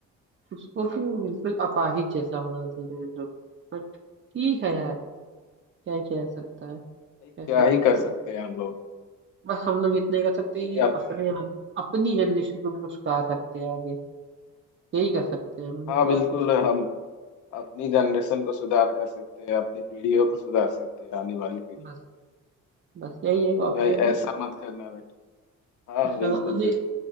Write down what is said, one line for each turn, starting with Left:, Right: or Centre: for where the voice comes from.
Right: उसको तो बिल्कुल अपाहिज जैसा बना दे रहे हैं लोग बट ठीक है यार क्या ही किया जा सकता है कैसे
Left: भाई, क्या
Right: कंट्रोल
Left: ही कर सकते हैं हम लोग
Right: बस हम लोग इतने कर सकते हैं कि
Left: या
Right: अपने अपनी जनरेशन को हम लोग सुधार सकते हैं आगे यही कर सकते हैं हम लोग
Left: हाँ
Right: और
Left: बिल्कुल
Right: कुछ
Left: हम अपनी जनरेशन को सुधार कर सकते हैं अपनी पीढ़ियों को सुधार सकते हैं आने वाली पीढ़ियों
Right: बस बस यही एक ऑप्शन
Left: भाई ऐसा
Right: है
Left: मत करना बेटा हाँ
Right: हाँ
Left: बिल्कुल
Right: नहीं
Left: यार